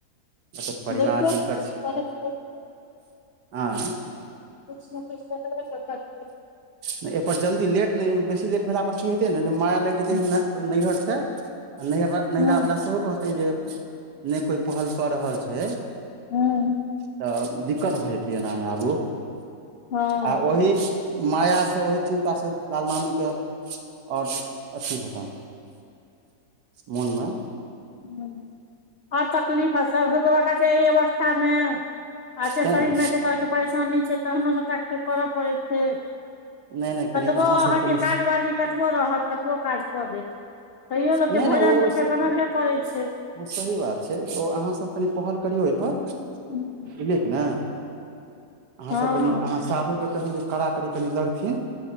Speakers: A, on the right; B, on the left.
A: मतलब परिवार
B: देखियौ
A: जिनकर
B: किछु
A: छी,
B: कहतै
A: आँय
B: किछु न किछु त करबे करतैत।
A: नै एहि पर जल्दी लेट नहि, बेसी लेट भेला पर की हेते ने जे माया लाइग जेतै
B: हुँ
A: नैहर से आ नैहर नैहरावला
B: हुँ
A: सेहो कहतै जे नहि कोइ पहल क रहल छै
B: हँ
A: त दिक्कत भ जेतै एनामे आगू।
B: हूँ।
A: आ ओहि माया ओहि चिन्ता से लाल मामी के और अथि हेतैन। मोन में।
B: हं आओर तकलीफ आ सभ छै एहि अवस्थामे आ त
A: तें
B: शरीर
A: ने
B: में एतेक तरहके परेशानी छै तखनो सबटा फेर करऽ पड़ै छै।
A: नहि नहि कनि
B: कतबो
A: अहाँ सब
B: अहाँके
A: कनि
B: काजवाली कतबो रहत कतबो काज क देत तैयो ने
A: नहि
B: भोजन
A: नहि
B: त फेर
A: से
B: बनबैये पड़ै छै।
A: ओ सही बात छै ओ अहाँसभ कनि पहल करियौ ओहिपर।
B: हँ
A: बुझलियै की ने, अहा
B: हँ
A: सब कनीं साढू के कहियोन जे कड़ा कड़ी कनि लगथिन